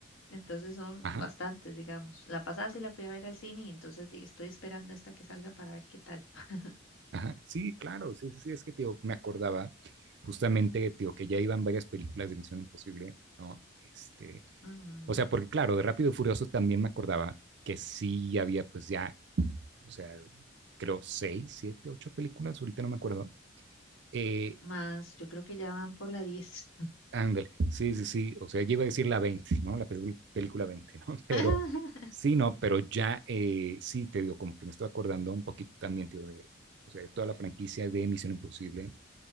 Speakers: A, on the left (about 80°); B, on the right (about 55°).
A: Entonces son
B: ajá,
A: bastantes, digamos. La pasada sí la fui a ver al cine y entonces di- estoy esperando esta que salga para ver qué tal. <laughs>
B: ajá. Sí, claro, sí, sí, sí, es que, tío, me acordaba justamente, tío, que ya iban varias películas de Misión Imposible, ¿no? Este,
A: Ujú.
B: o sea, porque claro, de Rápido y Furioso también me acordaba que sí había, pues ya o sea, creo seis, siete, ocho películas, ahorita no me acuerdo. Eh,
A: Más, yo creo que ya van por la diez
B: ándale, sí, sí, sí, o sea, yo iba a decir la 20, ¿no? La pelicu- película 20, ¿no? <laughs> Pero
A: <laughs>
B: sí, no, pero ya eh, sí, te digo, como que me estoy acordando un poquito también, tío, de, o sea, de toda la franquicia de Misión Imposible.